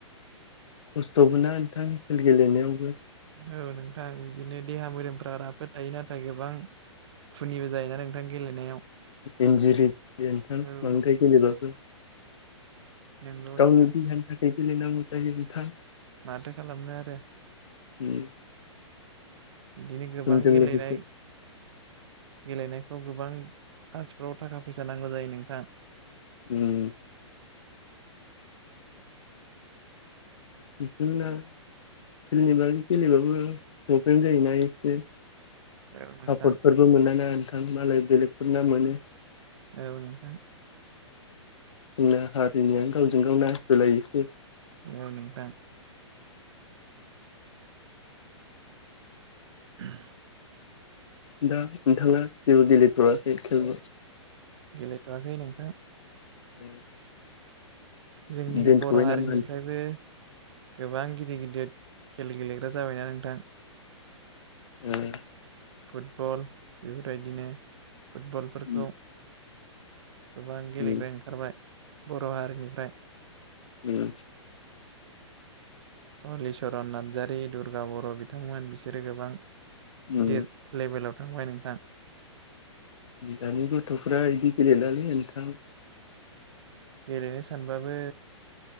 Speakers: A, on the left; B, on the right.
A: खस्थ'बो ना नोंथांनि खेल गेलेनायावबो
B: औ नोंथां बिदिनो देहा मोदोमफ्रा राफोद थायो नाथाय गोबां खुनिबो जायोना नोंथां गेलेनायाव
A: इन्जुरिन्थां
B: औ
A: बांद्राय गेलेबाबो
B: नंगौ
A: गावनि
B: नोंथां
A: देहानि थाखाय गेले नांगौ जायो नोंथां
B: माथो खालामनो आरो
A: उम
B: बिदिनो गोबां
A: समजों
B: गेलेनाय
A: लोगोसे
B: गेलेनाय फाव गोबां पासफ्राव थाखा फैसा नांगौ जायो नोंथां
A: उम बिदिनो गेलेबाबो गेलेबाबो प्रब्लेम जायोना एसे सापर्टफोरबो
B: औ नोंथां
A: मोनाना नोंथां मालाय बेलेगफोर ना मोनो
B: औ नोंथां
A: जोंना हारिनियानो गावजों गाव नासयलायोसो
B: औ नोंथां <unintelligible>
A: दा नोंथांङा जेबो गेलेथखै खेलबो
B: गेलेथ'वाखै नोंथां
A: <unintelligible>
B: जोंनि
A: दोनथ'बाय
B: बर' हारिनिफ्रायबो
A: नामा
B: गोबां गिदिर गिदिर खेल गेलेग्रा जाबायना नोंथां
A: उम
B: फुटबल बेफोरबायदिनो फुटबलफोरखौ
A: उम
B: गोबां गेलेग्रा
A: उम
B: ओंखारबाय बर' हारिनिफ्राय
A: उम
B: हलिचरन नार्जारि दुर्गा बर' बिथांमोन बिसोरो गोबां
A: उम
B: गिदिर लेभेलाव थांबाय नोंथां
A: दानि गथ'फ्रा बिदि गेलेलालै नोंथां
B: गेलेनो सानबाबो